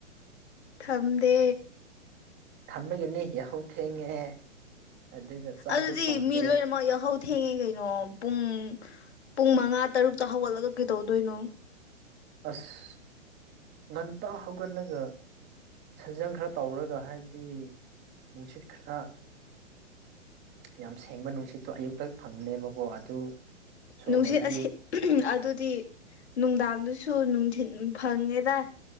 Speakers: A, on the left; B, on the right.
A: ꯊꯝꯗꯦ
B: ꯊꯝꯕꯒꯤꯅꯤ ꯌꯥꯍꯧ ꯊꯦꯡꯉꯦ ꯑꯗꯨꯒ ꯆꯥꯛꯁꯨ
A: ꯑꯗꯨꯗꯤ
B: ꯊꯣꯡꯗꯦ
A: ꯃꯤ ꯂꯣꯏꯅꯃꯛ ꯌꯥꯎꯍꯧ ꯊꯦꯡꯉꯦ ꯀꯩꯅꯣ ꯄꯨꯡ ꯄꯨꯡ ꯃꯉꯥ ꯇꯔꯨꯛꯇ ꯍꯧꯒꯠꯂꯒ ꯀꯩꯇꯧꯗꯣꯏꯅꯣ
B: ꯑꯁ ꯉꯟꯇꯥ ꯍꯧꯒꯠꯂꯒ ꯁꯥꯖꯦꯟ ꯈꯔ ꯇꯧꯔꯒ ꯍꯥꯏꯕꯗꯤ ꯅꯨꯡꯁꯤꯠ ꯈꯔ ꯌꯥꯝ ꯁꯦꯡꯕ ꯅꯨꯡꯁꯤꯠꯇꯣ ꯑꯌꯨꯛꯇ ꯐꯪꯅꯦꯕ ꯀꯣ ꯑꯗꯨ ꯁꯣꯔ
A: ꯅꯨꯡꯁꯤꯠ
B: ꯍꯣꯜꯂꯗꯤ
A: ꯑꯁꯦ ꯑꯗꯨꯗꯤ ꯅꯨꯡꯗꯥꯡꯗꯨꯁꯨ ꯅꯨꯡꯊꯤꯟ ꯐꯪꯉꯦꯗꯏ